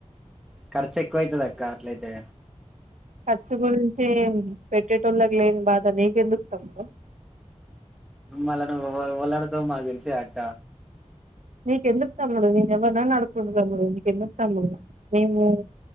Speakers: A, in the centre; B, on the right.
A: ఖర్చు ఎక్కువైతది అక్క ఎట్ల అయితే
B: ఖర్చు గురించి పెట్టేటోళ్ళకి లేని బాధ నీకెందుకు తమ్ముడు
A: మల్ల నువ్వు ఎవరు ఎవరిని అడుగుతావు మాకు తెలుసు కదా అక్క
B: నీకెందుకు తమ్ముడు నేను ఎవ్వరనన్నా అడుక్కుంటా తమ్ముడు నీకు ఎందుకు తమ్ముడు మేము